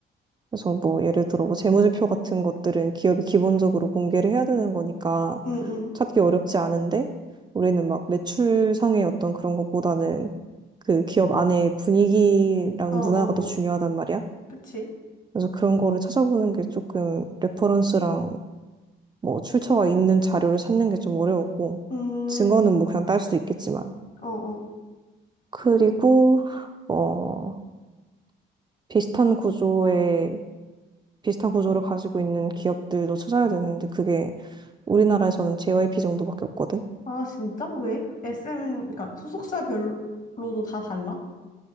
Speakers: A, on the right (about 20°); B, on the left (about 40°).
A: 그래서 뭐 예를 들어 뭐 재무제표 같은 것들은 기업이 기본적으로 공개를 해야 되는 거니까
B: 응, 응.
A: 찾기 어렵지 않은데 우리는 막 매출상의 어떤 그런 것보다는 그 기업 안의 분위기랑
B: 어, 어,
A: 문화가 더 중요하단
B: 어.
A: 말이야.
B: 그치.
A: 그래서 그런 거를 찾아보는 게 조금 레퍼런스랑 뭐 출처가 있는 자료를 찾는 게 좀 어려웠고
B: 음,
A: 증거는 뭐 그냥 딸 수 있겠지만
B: 어, 어.
A: 그리고 어 비슷한 구조의 비슷한 구조를 가지고 있는 기업들도 찾아야 되는데 그게 우리나라에서는 JYP 정도밖에 없거든.
B: 아, 진짜? 왜? SM은, 그러니까 소속사별로도 다 달라?